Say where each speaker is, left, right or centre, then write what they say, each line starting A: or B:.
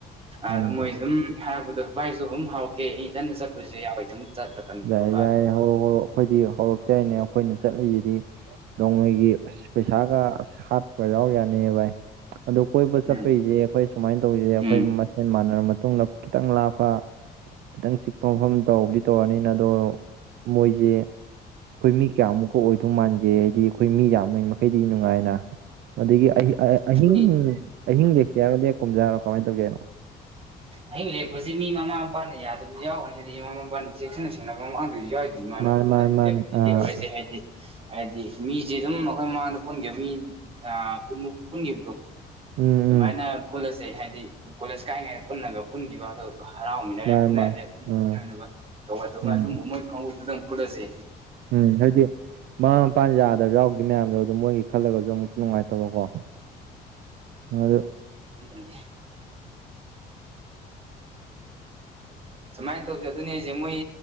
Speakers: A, on the right (about 75°); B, on the right (about 35°).
A: ꯎꯝ
B: ꯑꯗꯨ ꯃꯣꯏꯖꯨ ꯑꯗꯨꯝ ꯍꯥꯏꯄꯗꯣ ꯚꯥꯏꯁꯨ ꯑꯗꯨꯝ ꯍꯥꯎꯈꯦ ꯏꯊꯟꯇ ꯆꯠꯄꯁꯨ ꯌꯥꯎꯋꯦ ꯑꯗꯨꯝ ꯆꯠꯄ ꯇꯟꯕ
A: ꯌꯥꯏ-ꯌꯥꯏ
B: ꯈꯣꯠꯄ
A: ꯍꯧꯔꯣ-ꯍꯧꯔꯣ ꯑꯩꯈꯣꯏꯗꯤ ꯍꯧꯔꯛꯇꯦ ꯍꯥꯏꯅꯦ ꯑꯩꯈꯣꯏꯅ ꯆꯠꯂꯤꯁꯤꯗꯤ ꯅꯣꯡꯃꯩꯒꯤ ꯑꯁ ꯄꯩꯁꯥꯒ ꯍꯥꯠꯄ ꯌꯥꯎ ꯌꯥꯅꯦ ꯚꯥꯏ ꯑꯗꯨ ꯀꯣꯏꯕ ꯆꯠꯄꯩꯖꯦ
B: ꯎꯝ
A: ꯑꯩꯈꯣꯏ ꯁꯨꯃꯥꯏ ꯇꯧꯖꯦ ꯑꯩꯈꯣꯏ
B: ꯎꯝ
A: ꯃꯠ ꯍꯦꯟ ꯃꯥꯟꯅꯔꯕ ꯃꯇꯨꯡꯗ ꯈꯤꯇꯪ ꯂꯥꯞꯄ ꯈꯤꯇꯪ ꯆꯤꯛꯄ ꯃꯐꯝ ꯇꯧꯕꯕꯨꯗꯤ ꯇꯧꯔꯅꯤ ꯑꯗꯣ ꯃꯣꯏꯁꯦ ꯑꯩꯈꯣꯏ ꯃꯤ ꯀꯌꯥꯃꯨꯛꯀ ꯑꯣꯏꯗꯧ ꯃꯥꯟꯒꯦ ꯍꯥꯏꯗꯤ ꯑꯩꯈꯣꯏ ꯃꯤ ꯌꯥꯝꯃ ꯃꯈꯩꯗꯤ ꯅꯨꯡꯉꯥꯏꯅ ꯑꯗꯒꯤ ꯑꯍꯤꯡ
B: ꯑꯩꯈꯣꯏ
A: ꯑꯍꯤꯡ ꯂꯦꯛꯁꯤ ꯌꯥꯔꯣ ꯂꯦꯛ ꯀꯨꯝꯖꯥꯔꯣ ꯀꯃꯥꯏꯅ ꯇꯧꯒꯦꯅꯣ
B: ꯑꯍꯤꯡ ꯂꯦꯛꯄꯁꯤ ꯃꯤ ꯃꯃꯥ-ꯃꯄꯥꯅ ꯌꯥꯗꯕꯁꯨ ꯌꯥꯎꯒꯅꯤ ꯍꯥꯏꯗꯤ ꯃꯃꯥ-ꯃꯄꯥꯅ ꯆꯦꯛꯁꯤꯟꯅ ꯁꯦꯟꯅꯅ ꯃꯃꯥꯡꯗꯖꯨ ꯌꯥꯎꯏ ꯏꯃꯥꯟꯅꯕꯗꯨꯅ
A: ꯃꯥꯅꯦ ꯃꯥꯅꯦ ꯃꯥꯅꯦ
B: ꯂꯦꯞꯄꯗꯤ
A: ꯑꯥ
B: ꯂꯦꯍꯔꯁꯦ ꯍꯥꯏꯗꯤ ꯍꯥꯏꯗꯤ ꯃꯤꯁꯦ ꯑꯗꯨꯝ ꯑꯩꯈꯣꯏ ꯃꯃꯥꯡꯗ ꯄꯨꯟꯈꯤꯕ ꯃꯤꯟꯃꯨꯛ ꯄꯨꯟꯈꯤꯕꯗꯣ
A: ꯎꯝ
B: ꯑꯗꯨꯃꯥꯏꯅ
A: ꯎꯝ
B: ꯄꯨꯜꯂꯁꯦ ꯍꯥꯏꯗꯤ ꯀꯣꯂꯦꯖ ꯀꯥꯏꯉꯩꯗ ꯄꯨꯟꯅꯒ ꯄꯨꯟꯈꯤꯕ ꯑꯣ ꯍꯔꯥꯎꯃꯤꯟꯅꯔꯦ
A: ꯃꯥꯅꯦ
B: ꯐꯨꯅꯔꯦ
A: ꯃꯥꯅꯦ
B: ꯄꯨ
A: ꯑꯥ
B: ꯐꯨꯅꯕ ꯇꯧꯒꯗꯧꯕ
A: ꯎꯝ
B: ꯑꯗꯨꯝꯕ ꯃꯣꯏ ꯀꯥꯡꯕꯨꯗꯨꯗꯪ ꯐꯠꯂꯁꯤ
A: ꯎꯝ ꯍꯥꯏꯗꯤ ꯃꯃꯥ ꯃꯄꯥ ꯌꯥꯗꯕ ꯌꯥꯎꯗꯦ ꯃꯌꯥꯝꯗꯣ ꯑꯗꯨꯝ ꯃꯣꯏꯒꯤ ꯈꯜꯂꯒꯁꯨ ꯑꯃꯨꯛꯁꯨ ꯅꯨꯡꯉꯥꯏꯇꯕꯀꯣ ꯑꯗꯨ
B: ꯎꯝ ꯁꯨꯃꯥꯏ ꯇꯧꯖꯦ ꯑꯗꯨꯅꯦ ꯍꯥꯏꯖꯦ ꯃꯣꯏ